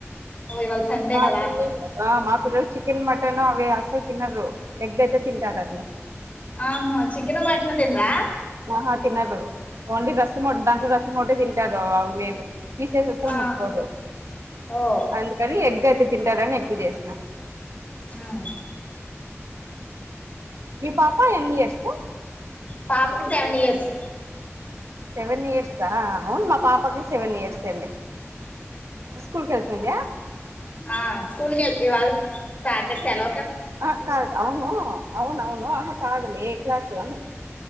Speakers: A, on the left (about 30°); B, on the right (about 75°).
A: ఓ ఇవాళ సండే
B: మా
A: కదా
B: పిల్లలు ఆ మా ఇప్పుడు చికెన్ మటన్ అవి అసలు తిిన ఎగ్ అయితే తింటారు అట్లా
A: ఆహా చికన్ మాట్న తిందరా
B: ఆహా తిినరు ఓన్లీ రసమొట్ట దాంట్లో రసమొట్టే తింటారు అవిే పీసేస వస్తలు
A: ఆ,
B: ముట్టుకోరు
A: ఓ
B: అందుకని ఎగ్ అయితే తింటారని ఎగ్గు చేసిన
A: ఉమ్.
B: మీ పాప ఎయన్ ఇయర్స్
A: పాపకి సెవెన్ ఇయర్స్
B: సెవెన్ ఇయర్స్ా అవును మా పాపకి సెవెన్ ఇయర్స్ అండి స్కూల్కి వెళ్తుందా
A: ఆ స్కూల్కి వెళ్ ఇ వాళ సట చాల
B: ఆ క అవును అవును అవును అహ కాదులి ఏ క్లాసు అని